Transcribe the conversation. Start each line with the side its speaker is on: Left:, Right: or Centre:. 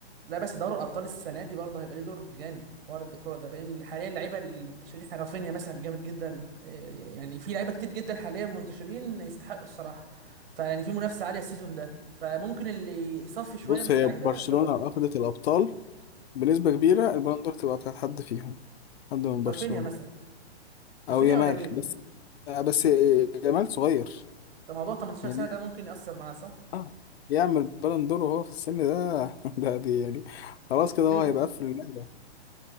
Right: لا بس دوري الابطال السنه دي برضه هيبقى ليه دور جامد في حوار الكوره ده بين حاليا اللعيبه المنتشرين احنا رافينيا مثلا جامد جدا إيه، يعني في لعيبه كتير جدا حاليا منتشرين يستحقوا الصراحه فيعني في منافسه عاليه السيزون ده فممكن اللي يصفي شويه
Left: بص
Right: من
Left: هي
Right: اللعيبه
Left: برشلونه
Right: دوري ابطال
Left: لو اخذت الابطال بنسبه
Right: امم
Left: كبيره البالون دور تبقى بتاعت حد فيهم حد من برشلونه
Right: رافينيا مثلا
Left: او
Right: رافينيا
Left: يامال
Right: ولا مين
Left: بس آه، بس
Right: امم
Left: يامال صغير
Right: ده موضوع 18
Left: يعني
Right: سنه ده ممكن ياثر معاه صح
Left: آه، يعمل بالون دور وهو في السن ده <laughs> ده دي يعني خلاص
Right: مصيبه
Left: كده هو هيبقى قفل اللعبة